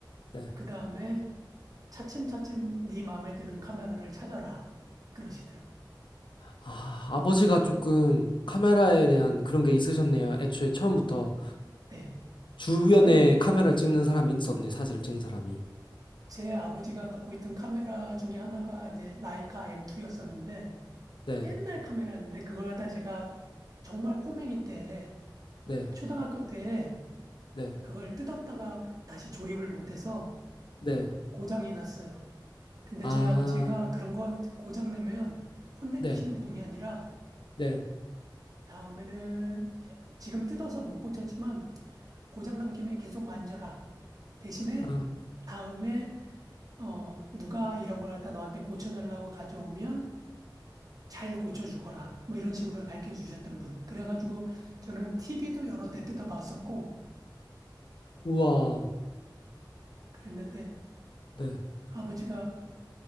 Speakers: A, on the left; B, on the right.
A: 네.
B: 그 다음에 차츰차츰 네 마음에 드는 카메라를 찾아라. 그러시더라고.
A: 아, 아버지가 조금 카메라에 대한 그런 게 있으셨네요. 애초에 처음부터
B: 네.
A: 주변에
B: 저의,
A: 카메라를 찍는 사람이 있었네, 사진을 찍는 사람이.
B: 제 아버지가 갖고 있던 카메라 중에 하나가 이제 라이카 M2였었는데
A: 네.
B: 옛날 카메라였는데 그걸 갖다 제가 정말 꼬맹이 때,
A: 네.
B: 초등학교 때
A: 네.
B: 그걸 뜯었다가 다시 조립을 못해서
A: 네.
B: 고장이 났어요. 근데
A: 아,
B: 저희 아버지가 그런 거 고장 내면 혼내키시는
A: 네.
B: 분이 아니라
A: 네.
B: 다음에는 지금 뜯어서 못 고쳤지만 고장 난 김에 계속 만져라. 대신에
A: 아,
B: 다음에 어 누가 이런 걸 갖다 너한테 고쳐달라고 가져오면 잘 고쳐주거라. 뭐 이런 식으로 가르쳐 주셨던 분. 그래가지고 저는 TV도 여러 대 뜯어봤었고
A: 우와.
B: 그랬는데
A: 네.
B: 아버지가